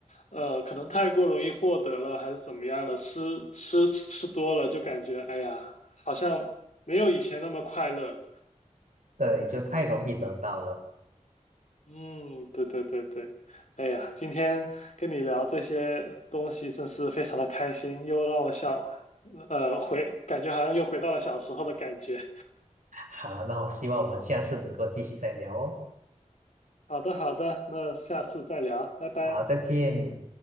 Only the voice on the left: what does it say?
呃，可能太过容易获得了，还是怎么样的，吃吃吃多了就感觉，哎呀，好像没有以前那么快乐了。
嗯，对对对对，哎呀，今天跟你聊这些东西真是非常的开心，又让我想，呃，回，感觉好像又回到了小时候的感觉。
好的，好的，那下次再聊，拜拜。